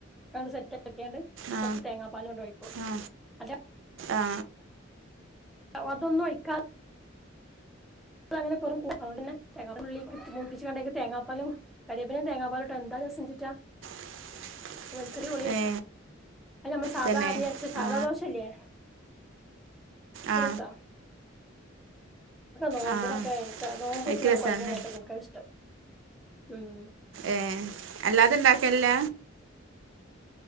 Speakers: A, in the centre; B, on the right.
A: അതാണ്ട് സെറ്റ് ആക്കിയാണ്ട്
B: ആ
A: കുറച്ച് തേങ്ങാപ്പാലും ആണ്ട് ഒഴിക്കും
B: ആ
A: അല്ല
B: ആ
A: അതൊന്നും ഒഴിക്കാ തെ അങ്ങനെ വെറും <unintelligible> അതോണ്ടിന്നെ തേങ്ങാ <unintelligible> ഉള്ളിക്ക്ട്ത്ത് മൂപ്പിച്ച്കാണ്ട് അയ്ക്ക് തേങ്ങാപ്പാലും കരിയേപ്പിൻ്റെലിം തേങ്ങാപ്പാലും ഇട്ട് എന്താ ര സംഞ്ചിട്ടാ
B: <inaudible>
A: വെളിച്ചെറി പൊളിരിക്കും.
B: ഏ
A: അത് ഞമ്മൾ സാധാ
B: തന്നെ
A: അരി അരച്ച സാദാ
B: ആ
A: ദോശല്ലേ തു
B: ആ
A: രസാ നോമ്പിനൊക്കെ
B: ആ
A: ഇൻക്ക്. നോമ്പ്
B: എനിക്ക്
A: നോറ്റ്
B: രസമാണല്ലേ
A: കൊഴങ്ങിയ നേരത്തൊക്കെ ഇൻക്ക താ ഇഷ്ടം ഉം
B: ഏഹ് അല്ലാതെ ഇണ്ടാക്കൽല്ല